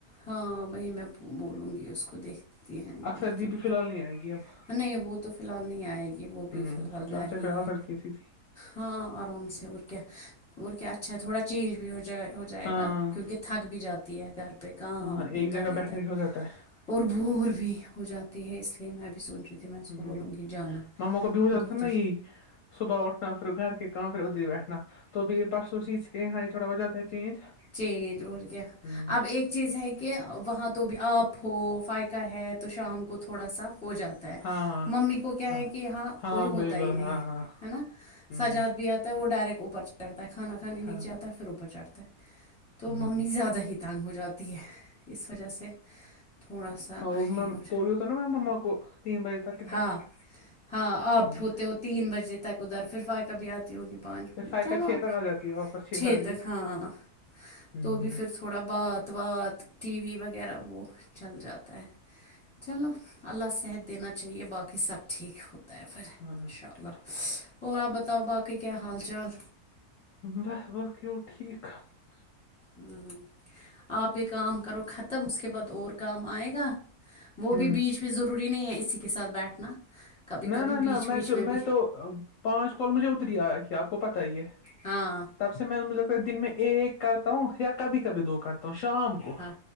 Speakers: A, in the centre; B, on the left.
A: ہاں وہی میں بولوں گی اس کو دیکھتی ہیں
B: اکثر
A: دکھتی
B: دی
A: ہوں
B: بھی فی
A: پ
B: الحال نہیں آئے گی اب
A: نہیں وہ تو فی الحال نہیں آئے گی وہ بھی
B: ہ
A: فی الحال
B: پھر
A: گھر
B: اچھا
A: ہی
B: پھر آ
A: ہے
B: سکتی سی سی
A: ہاں آرام سے اور کیا اور کیا اچھا ہے تھوڑا چینج بھی ہو جائے ہو جائے
B: ہاں
A: گا کیونکہ تھک بھی جاتی ہے گھر پہ کہاں
B: ہاں ایک
A: ادھر
B: جگہ بیٹھنے
A: ادھر
B: سے ہو جاتا ہے
A: اور بور بھی ہو جاتی ہے اس لیے میں بھی سوچ رہی تھی میں اس کو
B: ہوں
A: بولوں گی جانا
B: ماموں کا بھی ہو جاتا
A: دو
B: تھا
A: تین
B: نا یہی صبح اٹھنا پھر گھر کے کام پھر ادھر ہی بیٹھنا تو بھی پرسوں چیز کے یہاں یہ تھوڑا ہو جاتا ہے چینج
A: جی
B: ہ
A: اب ایک چیز ہے کہ وہاں تو بھی آپ ہو فائقہ ہے تو شام کو تھوڑا سا ہو جاتا ہے
B: ہاں
A: ممی کو کیا
B: ہاں
A: ہے کہ یہاں
B: ہاں
A: کوئی ہوتا
B: بالکل
A: ہی نہیں
B: ہاں ہاں
A: ہے نا
B: ہ
A: سجاد بھی آتا تو وہ ڈائریکٹ اوپر چڑھ ہےھانا کھے نیچے
B: ہاں
A: آتا پھر اوپر چڑھ ہے تو
B: ہ
A: ممی زیادہ ہی تانگ ہو جاتی ہے اس وجہ سے تھوڑا سا
B: تو مم
A: یہ ہو جاتا
B: تو بھی ہوتا ہے نا م مما کو تین بجے تک کدھر
A: ہاں
B: ہی
A: ہاں آپ
B: ہ
A: بھی ہوتے ہو تین بجے تک ادھر پھر فائقہ بھیھی آتی ہوگی پانچ
B: پھر
A: م
B: فائقہ
A: چلو
B: چھ
A: آپ
B: تک
A: کے
B: آ جاتی ہے واپس
A: چھ
B: ساڑھے
A: تک ہاں
B: ہ
A: تو بھی پھر تھوڑا بات وات ٹی وی وغیرہ وہ چل جاتا ہے چلو اللہ صحت دینا چاہیے باقی سب ٹھیک ہو ان
B: ہاں
A: شاء اللہ
B: بالکل
A: اور آ بتاؤ باقی کیا حال چال
B: بس باقی ہو ٹھیک
A: ہوں آپ یہ کام کرو ختم اس کے بعد اور کام آئے گا
B: ہ
A: وہ بھی بیچ پہ ضروری نہیں ہے اسی کے ساتھ بیٹھنا کبھی
B: نہ
A: کبھی
B: نہ
A: بیچ
B: نہ میں
A: بیچ
B: جو میں
A: بھی
B: تو پانچ کال مجھے اتری آیا تھی آپ کو پت ہی ہے
A: ہاں
B: تب سے میں مجھے لگتا ہے دن میں ایک کرتا ہوں یا کبھی کبھی دو کرتا ہوں شام کو
A: ہاں